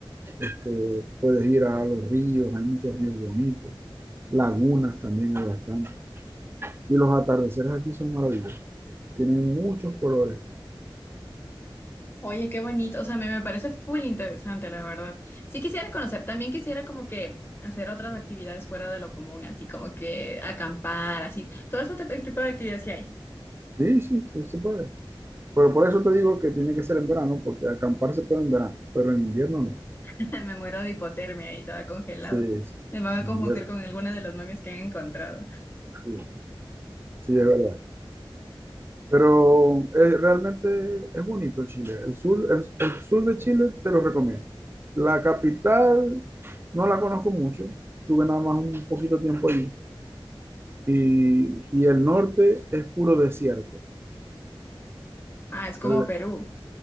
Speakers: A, on the right (about 25°); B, on the left (about 25°).
A: Este, puedes ir a los ríos, hay muchos ríos bonitos, lagunas también hay bastante. Y los atardeceres aquí son maravillosos, tienen muchos colores.
B: Oye, qué bonito, o sea, me, me parece full interesante, la verdad. Sí quisiera conocer, también quisiera como que hacer otras actividades fuera de lo común, así como que acampar, así, todo ese tip- tipo de actividades que hay.
A: Sí, sí, sí se puede. Pero por eso te digo que tiene que ser en verano, porque acampar se puede en verano, pero en invierno no.
B: <laughs> Me muero de hipotermia ahí toda congelada.
A: Sí, sí,
B: Me van
A: en
B: a confundir
A: invierno,
B: con alguna de las momias que han encontrado.
A: sí, sí, es verdad. Pero eh, realmente es bonito Chile. El sur, el, el sur de Chile te lo recomiendo. La capital no la conozco mucho, tuve nada más un poquito tiempo ahí y, y el norte es puro desierto.
B: Ah, es como
A: El-
B: Perú.